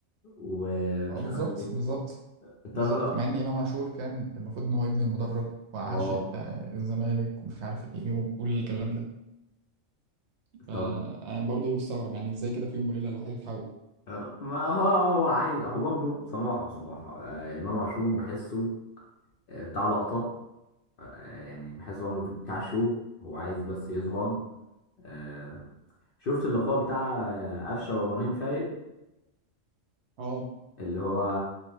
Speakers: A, on the left; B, on the right.
A: ومش
B: اه بالظبط
A: عارف ايه
B: بالظبط بالظبط
A: طب اه
B: مع ان امام عاشور كان المفروض ان هو ابن المدرج وعاشق
A: آه.
B: آه الزمالك ومش عارف ايه وكل الكلام ده فانا
A: طب
B: برضو مستغرب يعني ازاي كده في يوم وليله الواحد يتحول
A: آه، ما هو هو عايز هو برضه بصراحة بصراحة آه، إمام عاشور بحسه آه، بتاع لقطة آه، يعني بحس عمرو دياب بتاع شو هو عايز بس يظهر آه، شفت اللقاء بتاع آه، أفشة وإبراهيم فايق
B: اه
A: اللي هو